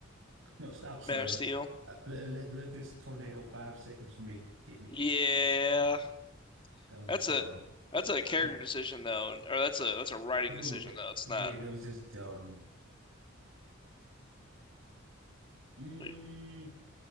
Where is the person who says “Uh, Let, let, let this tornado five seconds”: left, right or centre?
Right